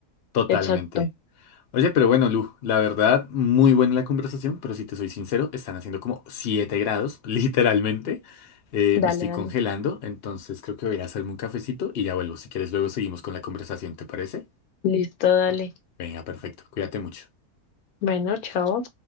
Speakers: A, on the left; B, on the left.
A: Totalmente.
B: exacto.
A: Oye, pero bueno, Lu, la verdad, muy buena la conversación, pero si te soy sincero, están haciendo como 7 grados, <laughs> literalmente. Eh,
B: Dale,
A: me estoy
B: dale.
A: congelando, entonces creo que voy a ir a hacerme un cafecito y ya vuelvo. Si quieres, luego seguimos con la conversación, ¿te parece?
B: Listo, dale.
A: Venga, perfecto. Cuídate mucho.
B: Bueno, chao.